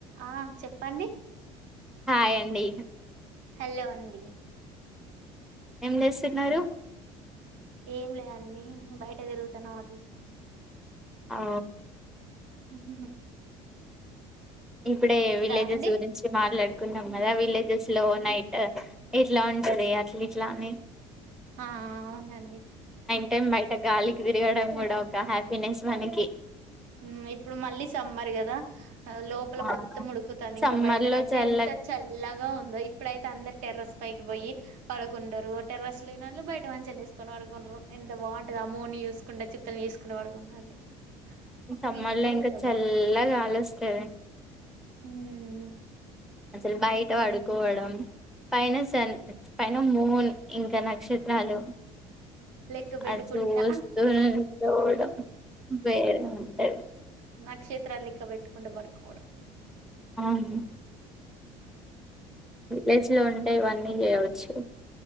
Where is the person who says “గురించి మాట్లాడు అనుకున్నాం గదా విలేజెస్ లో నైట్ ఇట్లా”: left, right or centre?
Centre